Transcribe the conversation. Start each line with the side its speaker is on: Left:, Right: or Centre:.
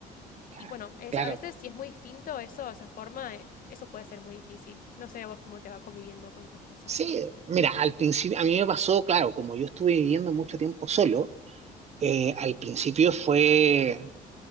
Right: claro,
Left: Y bueno, es,
Right: claro.
Left: a veces si es muy distinto eso, esa forma, eh, eso puede ser muy difícil. No sé vos cómo te va conviviendo con tu esposa.
Right: Sí, mira, al principio, a mí me pasó, claro, como yo estuve viviendo mucho tiempo solo, eh, al principio fue,